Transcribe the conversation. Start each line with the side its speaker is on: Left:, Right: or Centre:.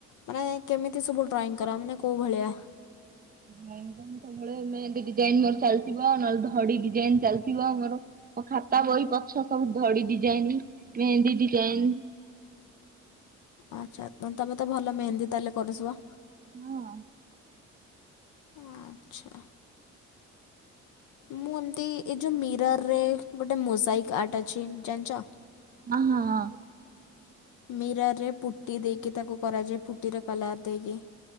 Left: ମାନେ କେମିତି ସବୁ ଡ୍ରଇଂ କର ମାନେ କୋଉ ଭଳିଆ?
Right: ଡ୍ରଇଂ ତ ମୁଁ ସବୁବେଳେ ମେହେନ୍ଦି ଡିଯାଇନ ମୋର ଚାଲିଥିବ ନହେଲେ ଧଡି ଡିଜାଇନ ଚାଲିଥିବ ମୋର। ମ ଖାତା ବହି ପଛ ସବୁ ଧଡି ଡିଜାଇନ ମେହେନ୍ଦି ଡିଜାଇନ।
Left: ଆଛା ମାନେ ତମେ ତ ଭଲ ମେହେନ୍ଦୀ ତାହେଲେ କରୁସୁବ।
Right: ହଁ।
Left: ଆଛା। ମୁଁ ଏମତି ଏ ଯୋଉ ମିରରରେ ଗୋଟେ ମୋଜାଇକ୍ ଆର୍ଟ ଅଛି ଜାନଛ
Right: ହ ହଁ ହ।
Left: ମିରାରରେ ପୁଟି ଦେଇକି ତାକୁ କରାଯାଏ ପୁଟିର କଲର ଦେଇକି।